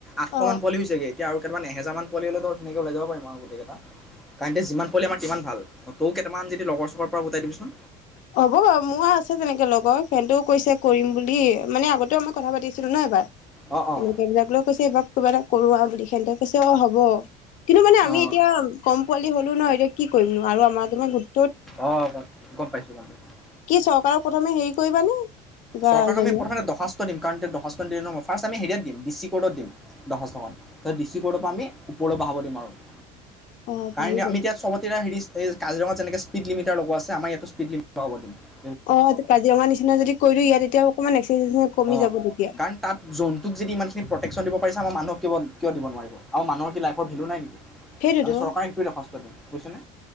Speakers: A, in the centre; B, on the left (about 55°).
A: আঠশ
B: অ
A: মান পোৱালি হৈছেগে। এতিয়া আৰু কেইটামান এহেজাৰ মান পোৱালি লগত নিব লৈ যাব পাৰিম পাৰিম আৰু গোটেইগিটা। কাৰণতে যিমান পোৱালি আমাৰ সিমান ভাল। তও কেইটামান যদি লগৰ চগৰ পৰা গোটাই দিবিচোন।
B: হ'ব বাৰু মোৰ আছে তেনেকে লগৰ ফ্ৰেণ্ডও কৈছে কৰিম বুলি। মানে আগতেও মই কথা পাতিছিলো ন এবাৰ।
A: অঁ
B: কেলে
A: অঁ
B: কতুবাত লৈ গৈছে এইবাৰ । <inaudible> কিবা এটা কৰো আহা বুলি বিশেষ কে কৈছে অ হব। <inaudible> কিন্তু মানে আমি
A: অঁ
B: এতিয়া কম পোৱালি হলেও। কোন হয় ত কি কৰিম নো আৰু আমাক ইমান গুৰুত্ব
A: অ গম পাইছো। <inaudible> ঠিক আছে । <inaudible>
B: কি চৰকাৰক প্ৰথমে হেৰি কৰিবানে? কিবা
A: চৰকাৰ মানে
B: জনোৱা
A: প্ৰথমে দখাস্ত। <inaudible> ত দিম কাৰণ দৰ্খাস্ত দিলে ফাৰ্ষ্ট আমি হেৰিয়াত দিম ডিষ্টি কৰ্টত দিম দৰ্খাস্ত খন ত ডি কৰ্টৰ পৰা আমি ওপৰলৈ বঢ়াব দিম আৰু ।
B: অ
A: কাৰণ
B: পাৰি
A: এতিয়া
B: জানো।
A: আমি এতিয়া চবতে ৰিস্ক। <inaudible> এই কাজিৰঙা যেনেকে স্পীড লিমিটাৰ লগোৱা আছে আমাৰ ইয়াতো স্পীড লিমিটাৰ হব দিম। <inaudible>
B: অ কাজিৰঙাৰ নিচিনা যদি কৰি দিওঁ ইয়াত তেতিয়া অকণমান এক্সাৰচাইজ কমি
A: অ,
B: যাব তেতিয়া।
A: কাৰণ তাত জন্তুক যদি ইমান খিনি প্ৰটেক্টচন দিব পাৰিছে, ‌‌ আমাৰ মানুহক কিয় দিব নোৱাৰে? আৰু মানুহৰ কি লাইফৰ ভেলু নাই নিকি?
B: সেইটোতো
A: আমি চৰকাৰক সেইটোৱে দৰ্শাস্ত দিওঁ বুজিছনে?